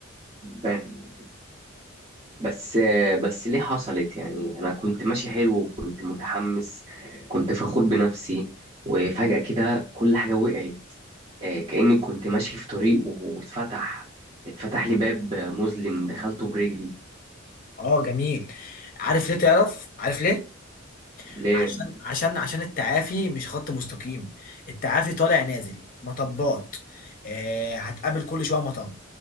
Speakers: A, on the right; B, on the left.
A: فاهم بس آه بس ليه حصلت يعني أنا كنت ماشي حلو وكنت متحمس كنت فخور بنفسي وفجأة كده كل حاجة وقعت آه، كأني كنت ماشي في طريق و- واتفتح اتفتح
B: اه
A: لي باب مظلم دخلته برجلي
B: اه جميل عارف ليه تعرف عارف ليه
A: ليه؟
B: عشان عشان عشان التعافي مش خط مستقيم التعافي طالع نازل مطبات آه هتقابل كل شويه مطب